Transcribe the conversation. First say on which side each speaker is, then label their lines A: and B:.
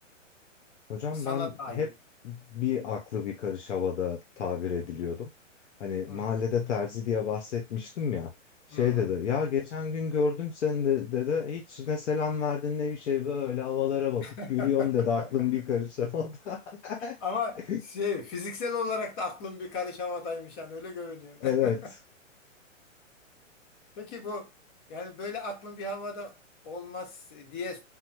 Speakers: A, on the left; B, on the left.
A: Hocam
B: Sana
A: ben
B: dair.
A: hep bir aklı bir karış havada tabir ediliyordum.
B: Hmm.
A: Hani
B: Hmm.
A: mahallede terzi diye bahsetmiştim ya. Şey
B: Hmm.
A: dedi ya geçen gün gördüm seni de, dedi hiç ne selam verdin ne bir şey böyle havalara bakıp
B: <laughs>
A: yürüyorsun dedi aklım bir karış havada.
B: Ama
A: <laughs>
B: şey fiziksel olarak da aklım bir karış havadaymış yani öyle görünüyor.
A: Evet
B: <laughs> Peki bu yani böyle aklın bir havada olmaz diye